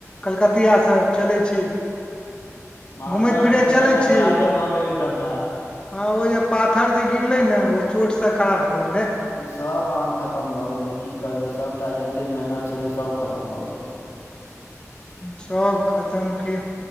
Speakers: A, on the left; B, on the left.
A: कलकतिआ सब चलै छी
B: मालदह
A: घूमैत फिरैत
B: तऽ ऐय
A: चलै
B: बेड़का
A: छी
B: खराबे भऽ गेलै सभटा
A: हँ ओ जे पाथर जे गिरले ने ओ चोट से खराब भए गेलै
B: सभ आम खतम भऽ गेलै की करबै सभटा जते मेहनत छलै सभ खतम भऽ गेलै
A: सब खतम की